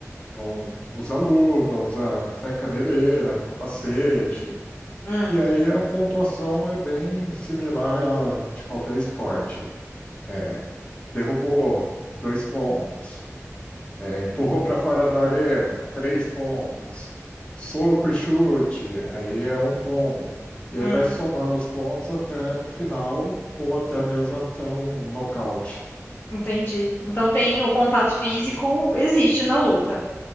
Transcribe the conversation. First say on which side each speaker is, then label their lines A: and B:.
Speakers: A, on the left; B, on the left.
A: Vão, usar luva, usar até caneleira, capacete.
B: Hum,
A: E aí a pontuação é bem similar a de qualquer esporte. É, derrubou, dois pontos. É, empurrou para fora da arena, três pontos. Soco e chute, aí é um ponto. E
B: hum,
A: aí vai somando os pontos até no final, ou até mesmo até um nocaute.
B: entendi. Então tem o contato físico existe na luta.